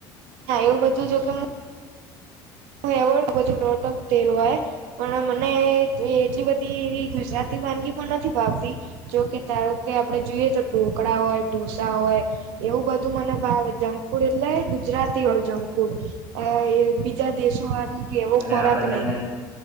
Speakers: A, on the right; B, on the right.
A: હા એવું બધું જોકે હ હ એવ લું બધું પ્રોટક તેલ હોય પણ મને એટલી બધી એવી ગુજરાતી વાનગી પણ નથી વાપ જોકે ધારો કે આપણે જોઈએ તો ઢોકળા હોય ઢસા હોય એવું બધું ાવ જંક ફૂડ એટલે ગુજરાતી વાળું જંક ફૂડ બીજા દેશો
B: એટલે
A: વાળું કે એવો ખોરાક
B: આ બધાને
A: નહી